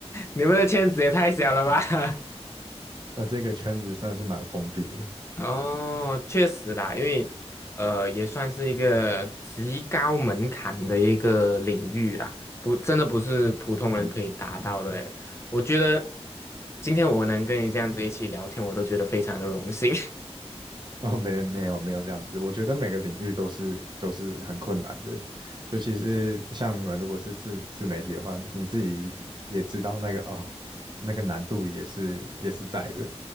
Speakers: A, on the left; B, on the right.
A: 你们的圈子也太小了吧？
B: 那这个圈子算是蛮封闭的。
A: <laughs> 哦，确实啦，因为呃，也算是一个极高门槛的一个领域啦，不，真的不是普通人可以达到的诶。我觉得今天我能跟你这样子一起聊天，我都觉得非常的荣幸。<laughs>
B: <laughs> 哦，没没有没有这样子，我觉得每个领域都是都是很困难的，尤其是像你们如果是自自媒体的话，你自己也知道那个哦，那个难度也是也是在的，